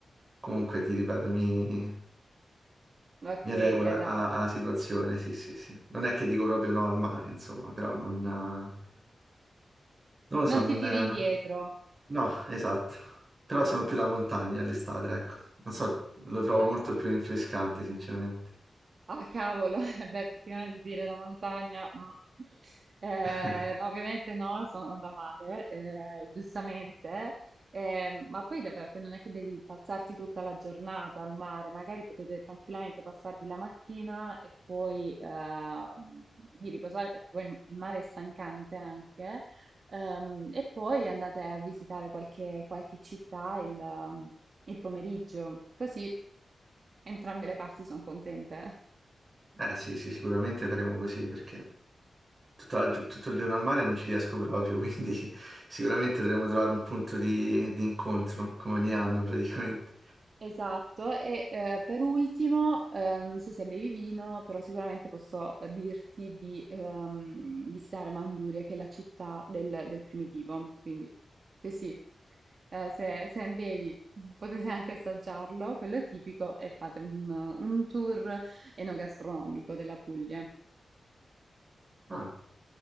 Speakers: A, on the right; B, on the right.
A: comunque ti ripeto, mi,
B: Ok,
A: mi adeguo
B: figa.
A: alla, alla- alla situazione, sì, sì, sì. Non è che dico proprio no al mare, insomma, però non, eh, non lo
B: Non
A: so, non,
B: ti tiri
A: eh,
B: indietro.
A: non- No, esatto. Però sono più
B: Ah,
A: da montagna all'estate, ecco. Non so, lo trovo
B: H.
A: molto più rinfrescante, sinceramente.
B: Ah, cavolo, <laughs> eh beh, effettivamente dire da montagna, mm. Eh,
A: <laughs>
B: no, ovviamente no, sono da mare, eh, giustamente, Eh, ma poi davvero, poi non è che devi passarti tutta la giornata al mare, magari potete tranquillamente passarvi la mattina e poi ehm, vi riposare perché poi il il mare è stancante anche, Ehm, e poi andate a visitare qualche, qualche città il il pomeriggio, così entrambe le parti sono contente.
A: Eh sì, sì, sicuramente faremo così perché tutta la gio- tutto il giorno al mare non ci riesco proprio, quindi <laughs> sicuramente dovremo trovare un punto di, di incontro, come ogni anno praticamente.
B: Esatto, e eh, per ultimo, eh, non so se bevi vino, però sicuramente posso eh, dirti di ehm, visitare Manduria, che è la città del, del primitivo, quindi così, eh, se, se bevi <laughs> potete anche assaggiarlo, quello è tipico, e fate un, un tour enogastronomico della Puglia.
A: Ah,